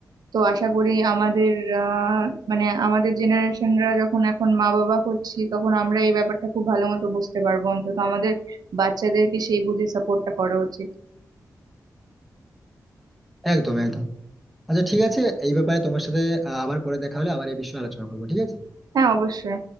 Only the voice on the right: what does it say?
তো আশা করি আমাদের আহ মানে আমাদের জেনারেশনরা যখন এখন মা বাবা হচ্ছি তখন আমরা এই ব্যাপারটা খুব ভালো মতো বুঝতে পারবো অন্তত আমাদের বাচ্চাদেরকে সেই বুঝে সাপোর্টটা করা উচিত
হ্যাঁ অবশ্যই